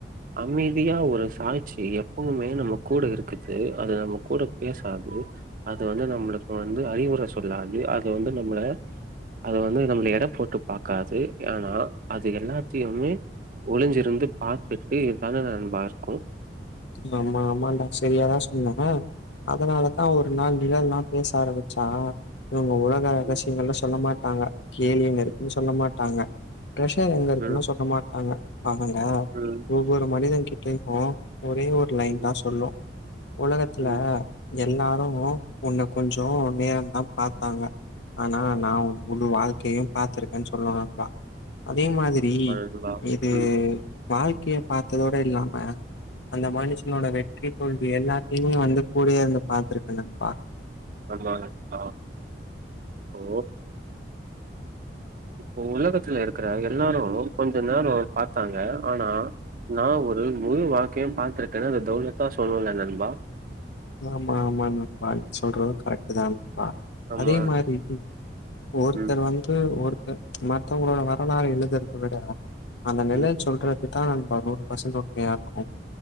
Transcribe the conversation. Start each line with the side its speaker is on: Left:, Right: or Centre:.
Right: அமைதியா ஒரு தாய்ச்சி எப்பவுமே நம்ம கூட இருக்குது அது நம்ம கூட பேசாது அது வந்து நம்மளுக்கு வந்து அறிவுர சொல்லாது அது வந்து நம்மள அது வந்து நம்மள எட போட்டு பாக்காது ஆனா அது எல்லாத்தயுமே ஒளிஞ்சிருந்து பாத்துட்டு இதுதான நண்பா இருக்கு
Left: ஆமா ஆமாண்டா செரியாதா சொன்ன. அதனாலதா ஒரு நாள் நிழல்லா பேச ஆரம்பிச்சா ங்க உலக ரகசியங்கல்ல
Right: ம்
Left: சொல்ல மாட் நாங்க கேளின்னு னு சொல்ல மாட்டாங்க ட்ரஷர் எங்க இருக்குன்னா
Right: ம்
Left: சொல்ல மாட்டாங்க. அவங்க
Right: ம்
Left: ஒவ்வொரு மனிதன் கி கேக்கு ஒரே ஒரு லைன்தா
Right: ம்,
Left: சொல்லு. உலகத்துல
Right: ம்.
Left: எ எல்லாரு உன்ன கொஞ்சோ நேரந்தா பாத்தாங்க. ஆனா நா உன் முழு வாழ்க்கையு பாத்திருக்கேன்னு சொல்லு நண்பா. அதே மாதிரி
Right: அதுதான்.
Left: இது
Right: ம்.
Left: வாழ்க்கைய பாத்ததோட இல்லாம அந்த மனுஷனோட வெற்றி தோல்வி எல்லாத்தையுமே வந்து கூடயே இருந்து பாத்திருக்கு நண்பா.
Right: ஆமாங்க நா ஓ இப்போ உலகத்துல இருக்கிற எல்லாரு கொஞ்ச நேரோ பாத்தாங்க. ஆனா நா ஒரு முழு வாழ்க்கையு பாத்திருக்கேன்னு அது தௌலத்தா சொல்லு இல்ல நண்பா?
Left: ஆமா ஆமா நண்பா நீ சொல்றது கரெக்ட்டுதா நண்பா.
Right: ஆமா.
Left: அதே மாரி ஒருத்தர்
Right: ம்,
Left: வந்து ஒரு த்தர் மத்தவங்களோட வரலாற எழுதுறத விட அந்த நிழல்
Right: ம்.
Left: சொல்றது அதா நண்பா நூறு பர்சன்ட் உண்மையா இருக்கு.